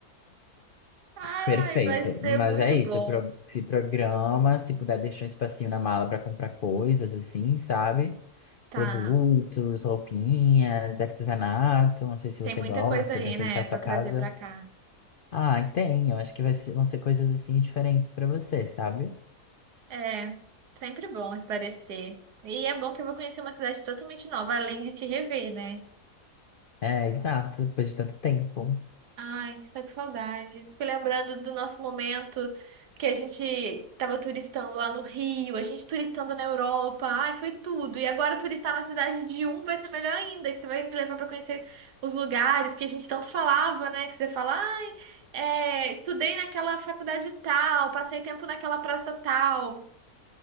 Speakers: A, on the right; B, on the left.
A: Ai,
B: Perfeito,
A: vai ser
B: mas
A: muito
B: é isso,
A: bom.
B: pro- se programa, se puder deixar um espacinho na mala para comprar coisas assim, sabe?
A: Tá.
B: Produtos, roupinhas, artesanato, não sei se você
A: Tem muita
B: gosta
A: coisa aí,
B: para enfeitar
A: né,
B: sua
A: pra
B: casa.
A: trazer pra cá.
B: Ah, tem, eu acho que vai ser- vão ser coisas assim diferentes para você, sabe?
A: É, sempre bom espairecer. E é bom que eu vou conhecer uma cidade totalmente nova, além de te rever, né?
B: É, exato, depois de tanto tempo.
A: Ai, que tô com saudade. Fico lembrando do nosso momento que a gente tava turistando lá no Rio, a gente turistando na Europa. Ai, foi tudo. E agora turistar na cidade de um vai ser melhor ainda, que você vai me levar pra conhecer os lugares que a gente tanto falava, né? Que você fala, ai, é, estudei naquela faculdade tal, passei tempo naquela praça tal.